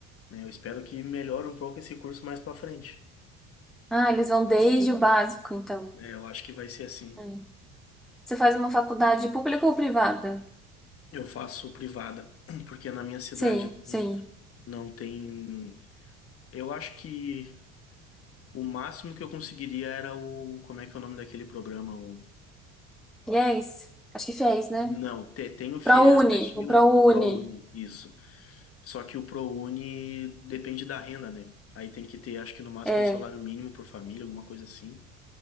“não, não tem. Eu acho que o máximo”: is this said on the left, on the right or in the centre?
Left